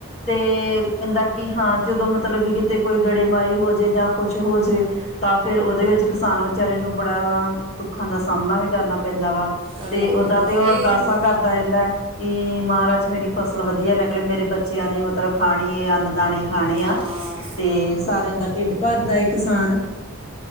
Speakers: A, on the left; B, on the right.
A: ਤੇ ਕਹਿੰਦਾ ਕਿ ਹਾਂ ਜਦੋਂ ਮਤਲਬ ਕਿ, ਕਿਤੇ ਕੋਈ ਗੜੇਮਾਰੀ ਹੋ ਜਾਵੇ ਜਾਂ ਕੁਛ ਹੋ ਜਾਵੇ ਤਾਂ ਫਿਰ ਉਹਦੇ ਵਿੱਚ ਕਿਸਾਨ ਵਿਚਾਰੇ ਨੂੰ ਬੜਾ, ਦੁੱਖਾਂ ਦਾ ਸਾਹਮਣਾ ਵੀ ਕਰਨਾ ਪੈਂਦਾ ਵਾ।
B: ਕਰਨਾ
A: ਤੇ
B: ਪੈਂਦਾ
A: ਓਦਾਂ ਤੇ ਉਹ
B: ਇਹ
A: ਅਰਦਾਸਾਂ
B: ਹੀ
A: ਕਰਦਾ ਰਹਿੰਦਾ ਹੈ। ਕਿ ਮਹਾਰਾਜ ਮੇਰੀ ਫਸਲ ਵਧੀਆ ਨਿਕਲੇ, ਮੇਰੇ ਬੱਚਿਆਂ ਨੇ ਮਤਲਬ ਖਾਣੀ ਏ ਅੰਨ ਦਾਣੇ ਖਾਣੇ
B: ਹਾਂ
A: ਆ ਤੇ ਸਾਰਿਆਂ ਦਾ ਢਿੱਡ ਭਰਦਾ ਏ ਕਿਸਾਨ।